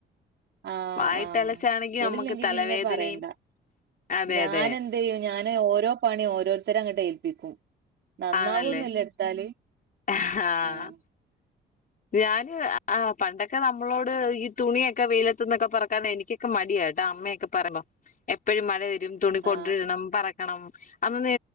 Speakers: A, on the right (about 65°); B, on the left (about 45°).
A: ആഹ്
B: വായിട്ടലച്ചാണെങ്കി
A: ആ കൊളില്ലെങ്കി
B: നമുക്ക് തലവേദനയും
A: പിന്നെ പറയണ്ട
B: അതെ
A: ഞാന
B: അതെ
A: എ അ ചെയ്യ ഞാന് ഓരോ പണിയും ഓരോരുത്തര അങ്ങോട്ട് ഏല്പ്പിക്കും നന്നാവും
B: ആന്നല്ലേ
A: ഒന്നുംല്ല എടുത്താല്
B: ആഹ്
A: ഉം
B: ഞാാന് ആ പണ്ടൊക്കെ നമ്മളോട് ഈ തുണിയൊക്കെ വെയിലത്തന്നൊക്കെ പറക്കാന എനിക്ക് മടിയായിട്ടാ അമ്മയൊക്കെ പറയുമ്പോ എപ്പോഴും മഴ വരും തുണി കൊണ്ടിടണം
A: ആ
B: പറ ക്കണം അന്ന്